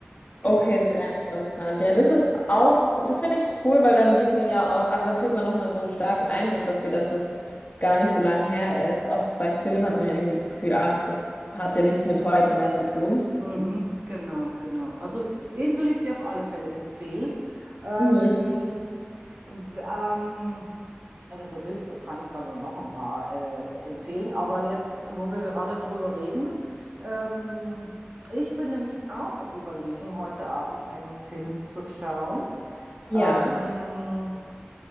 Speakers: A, on the right (about 40°); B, on the left (about 40°).
A: Genau.
B: Okay, sehr interessant. Ja, das ist auch, co- das finde ich cool, weil dann sieht man ja auch, also dann kriegt man nochmal so einen starken Eindruck dafür, dass es gar nicht so lange her ist. Oft bei Filmen hat man ja irgendwie das Gefühl, ach, das hat ja nichts mit heute mehr zu tun.
A: Mhm, genau, genau. Also den würde ich dir auf alle Fälle empfehlen. Ähm,
B: Mhm.
A: w- ähm, Wenn du willst, kann ich dann noch ein paar äh, empfehlen. Aber jetzt, wo wir gerade drüber reden, ähm, ich bin nämlich auch im Überlegen, heute Abend einen Film zu schauen.
B: Ja,
A: Ähm,